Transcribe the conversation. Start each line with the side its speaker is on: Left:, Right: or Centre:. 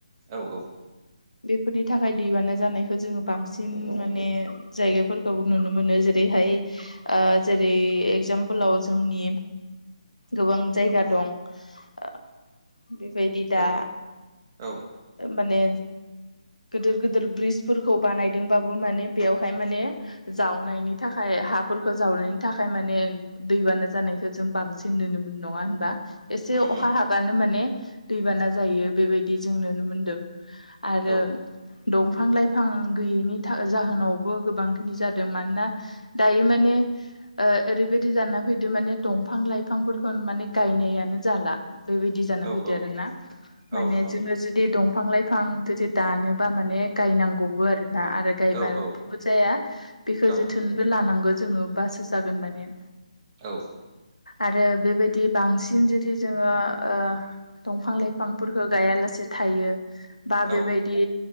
Right: औ औ
Left: फोरनि थाखाय दैबाना जानायखौ जोङो बांसिन माने जायगाफोरखौ नुनो मोनो जेरैहाय ओ जेरै एगजामपोलाव जोंनि गोबां जायगा दं ओ बेबायदि दा
Right: औ औ
Left: माने गिदिर गिदिर ब्रिजफोरखौ बानायदोंबाबो माने बेवहाय माने जावनायनि थाखाय हाफोरखौ जावनायनि थाखाय माने दैबाना जानायखौ जों बांसिन नुनो मोनो। नङा होनबा? एसे
Right: उम
Left: अखा
Right: उम
Left: हाबानो माने दैबाना जायो बेबायदि जों नुनो मोनदों। आरो
Right: औ
Left: दंफां लाइफां गैयैनि जाहोनावबो गोबां जादों मानोना दायो माने ओ ओरैबायदि जाना फैद माने दंफां लाइफां बिफां फोरखौ माने गायनायानो जाला। बेबायदि जाना
Right: औ
Left: फैदो
Right: औ
Left: आर ना माने
Right: औ नंगौ नोंथां
Left: जोङो जुदि दं दफां लाइफां जुदि दानोबा माने गायनांगौबो आरोना आरो गायबाबो
Right: औ औ
Left: जाया। बेखौ
Right: औ
Left: जोथोनबो लानांगौ जोङोबासो जागोन माने।
Right: औ
Left: आरो बेबायदि बांसिन जुदि जोङो ओ दंफां लाइफांफोरखौो गायालासे थायो बा बेबायदि
Right: औ